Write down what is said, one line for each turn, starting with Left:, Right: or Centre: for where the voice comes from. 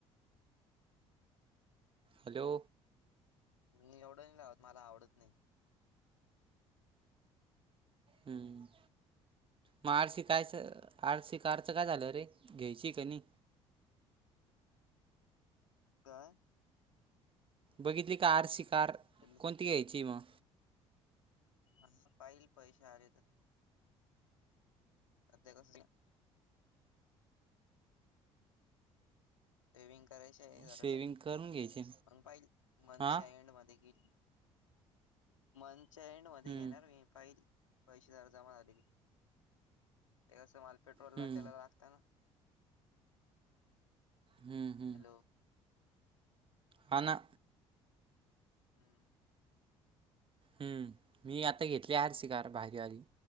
Right: हॅलो?
Left: मी एवढं नाही लावत, मला आवडत नाही.
Right: हम्म. मग आड सी कायचं, आरसी कारचं काय झालं रे, घ्यायची क नाही?
Left: काय?
Right: बघितली का आर सी कार?
Left: हॅलो?
Right: कोणती घ्यायची मग?
Left: अं पाहिल पैशे आरे तर. सध्या कस सेविंग करायची आहे जराश,
Right: सेविंग करून घ्यायची
Left: मग पाहिल मंथच्या
Right: हा
Left: एंड मध्ये घेईल. मंथच्या एंड मध्ये
Right: हम्म
Left: घेणार मी, पाहिल पैशे जरा जमा झाले कि. ते कसं माल पेट्रोल
Right: हम्म
Left: ला, त्याला लागत ना.
Right: हम्म हम्म.
Left: हॅलो
Right: हाना.
Left: हम्.
Right: हम्म, मी आता घेतली आर सी कार भारीवाली.